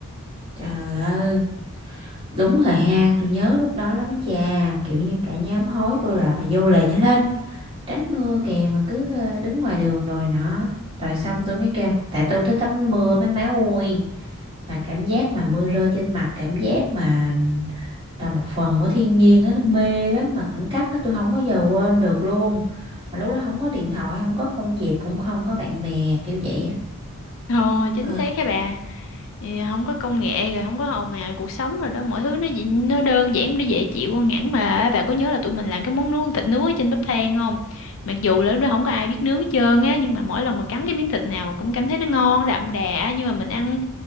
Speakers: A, on the right; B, on the left.
A: Trời ơi, đúng rồi ha, tôi nhớ lúc đó lắm á cha, kiểu như cả nhóm hối tôi là vô lề nhanh lên. tránh mưa kìa mà cứ ờ, đứng ngoài đường rồi nọ rồi xong tôi mới kêu là, tại tôi thích tắm mưa mấy má ơi mà cảm giác mà mưa rơi trên mặt cảm giác mà là một phần của thiên nhiên á nó mê lắm mà khoảnh khắc đó tôi không bao giờ quên được luôn mà lúc đó không có điện thoại không có công việc cũng không có bạn bè kiểu vậy á
B: Ồ, chính
A: ừ.
B: xác các bà. Thì không có công nghệ rồi không có hồn màu cuộc sống rồi đó mọi thứ nó dị- nó đơn giản nó dễ chịu hơn hẳn mà bà có nhớ là tụi mình làm cái món nướng thịt nướng ở trên bếp than không mặc dù là lúc đó không có ai biết nướng hết trơn á nhưng mà mỗi lần mà cắn cái miếng thịt nào cũng cảm thấy nó ngon đậm đà nhưng mà mình ăn